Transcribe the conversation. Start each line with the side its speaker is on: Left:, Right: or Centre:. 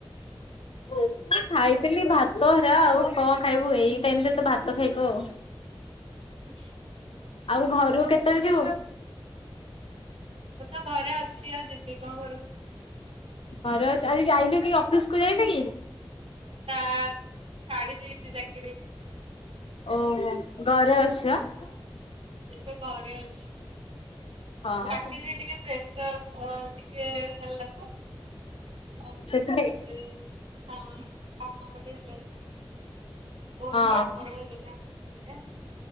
Left: ମୁଁ ଖାଇଥିଲି ଭାତ ହେରା ଆଉ କଣ ଖାଇବୁ ଏଇ ଟାଇମରେ ତ ଭାତ ଖାଇବୁ ଆଉ।
Right: ହୁଁ।
Left: ଆଉ ଘରୁ କେତେଳେ ଯିବୁ?
Right: ମୁଁ ତ ଘରେ ଅଛି ଆଉ ଯିବି କଁ ଘରୁ
Left: ଘରେ ଅଛ ଆଜି ଯାଇନୁ କି ଅଫିସକୁ ଯାଇନୁ କି।
Right: ନା ଛାଡି ଦେଇଛି ଚାକିରି।
Left: ଓହୋ ଗରେ ଅଛୁ ଆଁ।
Right: ଏବେ ଘରେ ଅଛି।
Left: ହଁ
Right: ଚାକିରିରେ ଟିକେ ପ୍ରେସର ଆଉ ଟିକେ ହେଲା ତ ଆଉ
Left: ସେଥିପାଇଁ
Right: ଏତେ ହଁ କାମ କରି ହେଲାନି। ବୋହୁତ
Left: ହଁ
Right: କାମ ରହିଗଲା ଇଏରେ